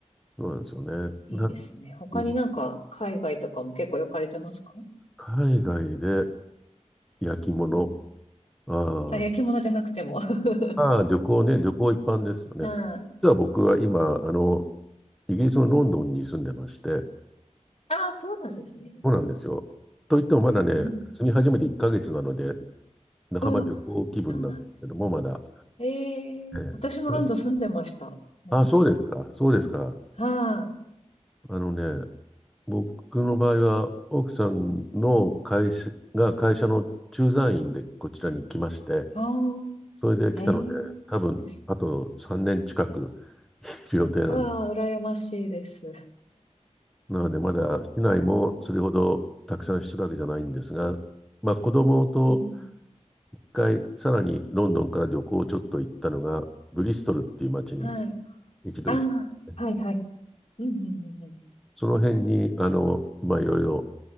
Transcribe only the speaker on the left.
いいですね。
他になんか海外とかも結構行かれてますか
うん。
あ、焼き物じゃなくても。
<laughs> は
い。あ
あ、そうなんですね。
うん。
あ、そうなん。
ええ私もロンドン住んでました。
昔。
はい。あ
あ、
ええ
です。
わあ、羨ましいです。
うん。
はい。
ああ、はいはい。うんうんうんうん。